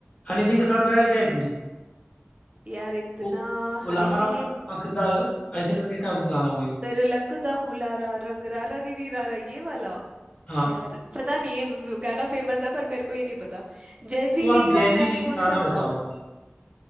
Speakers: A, on the left; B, on the right.
A: हनी सिंह के साथ गाया क्या इसने
B: यार इतना
A: ओ,
B: हनी
A: उलारा
B: सिंह के
A: अखदा ऐसे करके क्या उसका गाना कोई
B: तिलक दा हुलारा रंग रारा रीरी रारा ये वाला
A: हाँ
B: यार पता नहीं ये गाना फेमस है पर मेरे को ये नहीं पता जेजी
A: तो आप
B: बी
A: जैजी
B: का मैं
A: बी की
B: कौन
A: गाना
B: सा बताऊं
A: बताओ कोई